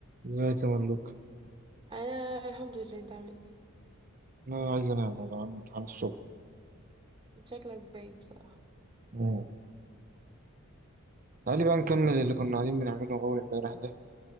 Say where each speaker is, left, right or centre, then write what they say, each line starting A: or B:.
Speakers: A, on the right; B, on the right.
A: ازيك يا ملوك
B: انا الحمد لله انت عامل
A: انا عايز انام والله عندي امتحان الصبح
B: ايه شكلك باين بصراحه
A: مم. تعالي بقى نكمل اللي كنا قاعدين بنعمله اول امبارح ده